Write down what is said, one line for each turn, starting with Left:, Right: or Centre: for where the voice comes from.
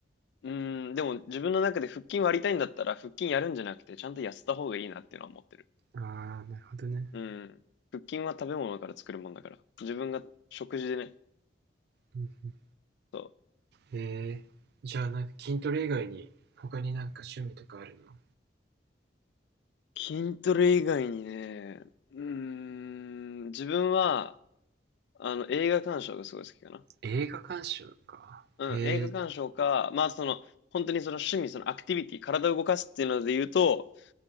Left: うーん、でも自分の中で腹筋割りたいんだったら腹筋やるんじゃなくて、ちゃんと痩せた方がいいなっていうのは思ってる。
Right: ああなるほどね
Left: うん。腹筋は食べ物から作るもんだから。自分が食事でね。
Right: うん
Left: そ
Right: えーじゃあなんか筋トレ以外に他になんか趣味とかあるの
Left: う。筋トレ以外にね、うーん、自分は、あの、映画鑑賞がすごい好きかな。
Right: 映画鑑賞か。
Left: うん、
Right: えー、
Left: 映画鑑賞か、まあ、その、本当にその趣味、そのアクティビティ、体を動かすっていうので言うと、